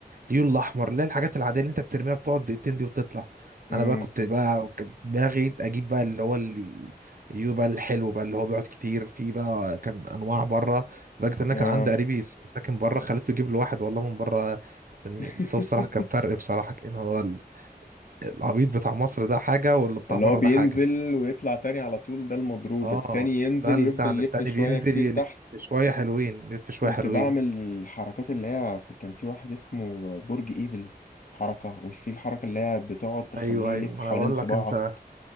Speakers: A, on the right; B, on the left.
A: اليون الاحمر لا الحاجات العاديه اللي انت بترميها بتقعد دقيقتين دي وتطلع
B: امم
A: انا بقى كنت بقى كانت دماغي اجيب بقى اللي هو ال- اليو بقى الحلو بقى اللي هو بيقعد كتير في بقى كان انواع بره لدرجه ان انا
B: اه
A: كان عندي قريبي س- ساكن بره خليته يجيب له واحد والله من بره يعني
B: <laughs>
A: بس هو بصراحه كان فرق بصراحه كان هو ال- العبيط بتاع مصر ده حاجه واللي بتاع
B: اللي
A: بره
B: هو بينزل
A: ده حاجه
B: ويطلع تاني على طول ده المضروب
A: اه
B: التاني ينزل
A: ده اللي
B: يفضل
A: بتاعنا
B: يلف
A: التاني
B: شويه
A: بينزل
B: كتير
A: يلف
B: تحت
A: شويه حلوين يلف شويه
B: كنت
A: حلوين
B: بعمل الحركات اللي هي في- كان في واحد اسمه برج ايفل حركة ومش في الحركة اللي هي بتقعد تخليه
A: ايوه
B: يلف
A: ايوه ما
B: حوالين
A: انا بقول
B: صباعك
A: لك انت